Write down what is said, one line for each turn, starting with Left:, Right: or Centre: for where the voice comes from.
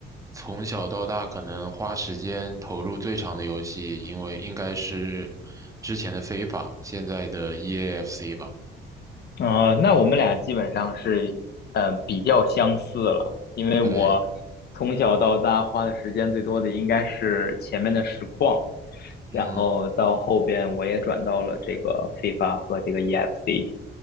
Right: 从小到大可能花时间投入最长的游戏，因为应该是之前的非法，现在的 EAFC 吧。
Left: 呃，那我们俩基本上是，呃，比较相似了，因为我
Right: 对，
Left: 从小到大花的时间最多的应该是前面的实况，
Right: 嗯。
Left: 然后到后边我也转到了这个 FIFA 和这个 EFC。